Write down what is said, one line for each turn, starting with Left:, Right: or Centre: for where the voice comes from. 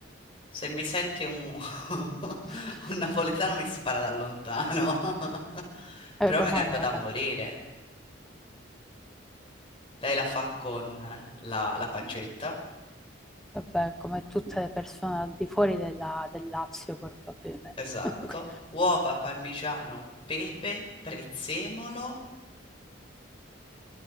Left: Se mi sente un, <laughs>
Centre: <laughs>
Left: un napoletano mi spara da lontano. <laughs>
Centre: È
Left: Però
Centre: romana
Left: mi garba da
Centre: la carne.
Left: morire. Lei la fa con la, la pancetta,
Centre: Vabbè, come tutte le persone al di fuori della, del Lazio, probabilmente.
Left: esatto,
Centre: <laughs>
Left: uova, parmigiano, pepe, prezzemolo